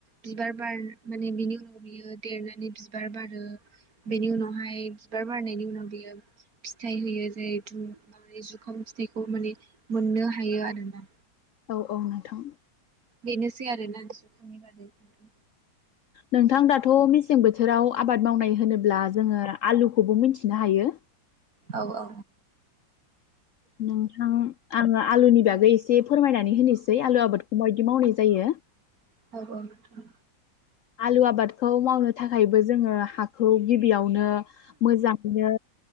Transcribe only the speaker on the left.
औ औ नोंथां
नोंथां दाथ मेसें बोथोराव आबाद मावनाय होनोब्ला जोङो आलुखौबो मिनथिनो हायो।
नोंथां आङो आलुनि बागै एसे फोरमायनानै होनोसै आलु आबादखौ माबायदि मावनाय जायो।
आलु आबादखौ मावनो थाखायबो जोङो हाखौ गिबियाव नो मोजाङैनो